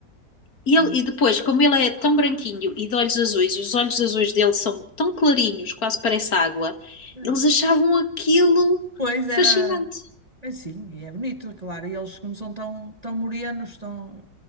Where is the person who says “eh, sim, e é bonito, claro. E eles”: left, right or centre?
Right